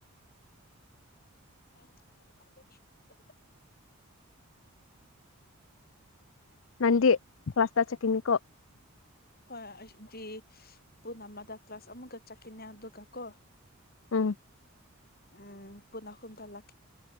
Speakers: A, on the left; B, on the left.
A: <unintelligible>
B: ꯅꯟꯦ ꯐꯋꯥꯁꯇꯥ ꯆ ꯀꯅꯤꯀꯣ
A: ꯍꯣꯏ ꯑꯩꯗꯤ ꯄꯨꯟ ꯑꯃꯗ ꯀ꯭ꯂꯥꯁ ꯑꯃꯒ ꯆꯠꯈꯤꯅꯦ ꯑꯗꯨꯒ ꯀꯣ
B: ꯎꯝ
A: ꯎꯝ ꯄꯨꯅꯍꯨꯝꯗ ꯂ